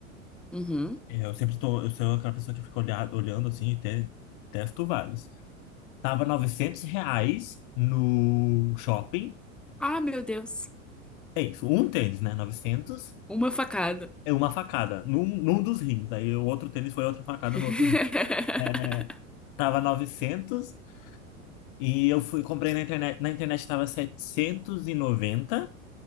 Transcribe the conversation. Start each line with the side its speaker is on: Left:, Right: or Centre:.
Centre: Uhum.
Left: É, Eu sempre estou, eu sou aquela pessoa que fica olhar, olhando assim e te- testo vários. Tava 900 reais no shopping.
Centre: Ah, meu Deus.
Left: É isso, um tênis, né? novecentos
Centre: Uma facada.
Left: É uma facada num, num dos rins. Aí o outro tênis foi outra facada
Centre: <laughs>
Left: no outro rim. É, tava 900 e eu fui comprei na internet. Na internet tava setecentos e noventa